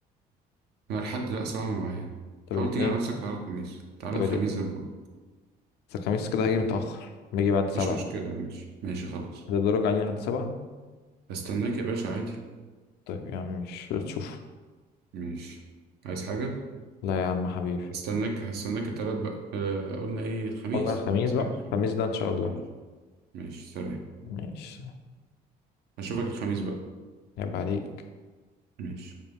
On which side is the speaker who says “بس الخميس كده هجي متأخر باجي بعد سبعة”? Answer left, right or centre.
Left